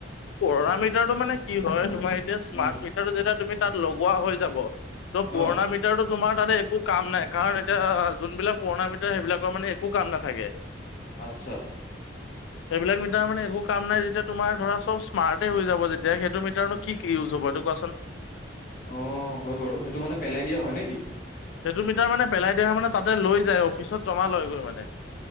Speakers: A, on the left (about 80°); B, on the left (about 50°).
A: পুৰণা মিটাৰটো মানে কি হয় তোমাৰ এতিয়া স্মাৰ্ট
B: উম,
A: মিটাৰটো যেতিয়া তুমি তাত লগোৱা হৈ যাব। ত পুৰণা
B: অ',
A: মিটাৰ তটো। তোমাৰ তাতে একো কাম নাই কাৰণ এতিয়া যোনবিলাক পুৰণা মিটাৰাৰ সেইবিলাকৰ মানে একো কাম নাথাকে।
B: আচ্ছা।
A: সেইবিলাক মিধাৰ মানে একো কাম নাই যেতিয়া তোমাৰ ধৰা চব স্মাৰ্টেই হৈ যাব যেতিয়া সেইটো মিটাৰনো কি ইউজ হ'ব এইটো কোৱাচোন।
B: অ হয় বাৰু সেইটো মানে পেলাই দিয়া হয় নেকি।
A: সেইটো মিটাৰ মানে পেলাই দহা মানে তাতে লৈ যায় অফিচত জমা লয় গৈ মানে।